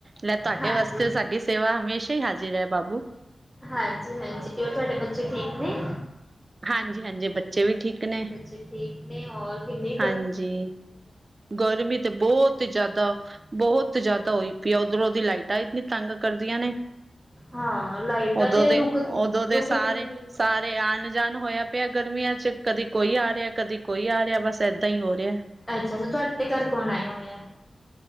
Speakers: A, on the right (about 50°); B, in the centre.
A: ਲੈ ਤੁਹਾਡੇ
B: ਹਾਂਜੀ,
A: ਵਾਸਤੇ ਸਾਡੀ ਸੇਵਾ ਹਮੇਸ਼ਾ ਈ ਹਾਜ਼ਰ ਐ ਬਾਬੂ।
B: ਹਾਂਜੀ-ਹਾਂਜੀ, ਹੋਰ ਤੁਹਾਡੇ ਬੱਚੇ ਠੀਕ ਨੇ?
A: ਹਾਂਜੀ-ਹਾਂਜੀ, ਬੱਚੇ ਵੀ ਠੀਕ ਨੇ।
B: ਬੱਚੇ ਠੀਕ ਨੇ ਹੋਰ ਕਿੰਨੇ
A: ਹਾਂਜੀ, ਗਰਮੀ ਤੇ ਬੋਤ ਈ ਜਾਦਾ ਬੋਹਤ ਜਾਦਾ ਹੋਈ ਪਈ ਆ, ਉਧਰੋਂ ਦੀ ਲਾਈਟਾਂ ਇੰਨੀ ਤੰਗ ਕਰਦੀਆਂ ਨੇ।
B: ਹਾਂ ਲਾਈਟਾਂ
A: ਓਦੋਂ
B: ਤੇ
A: ਦੇ,
B: ਰੁਕ
A: ਓਦੋਂ ਦੇ
B: ਰੁਕਦੀਆਂ
A: ਸਾਰੇ,
B: ਨੀ
A: ਸਾਰੇ ਤੇ ਆਨ ਜਾਨ ਹੋਇਆ ਪਿਆ ਗਰਮੀਆਂ 'ਚ ਕਦੀ ਕੋਈ ਆ, ਰਯਾ, ਕਦੀ ਕੋਈ ਆ ਰਯਾ ਬਸ ਏਦਾਂ ਹੀ ਹੋ ਰਯਾ।
B: ਅੱਛਾ-ਅੱਛਾ, ਤੁਹਾਡੇ ਘਰ ਕੌਣ ਆਇਆ ਹੋਏਆ?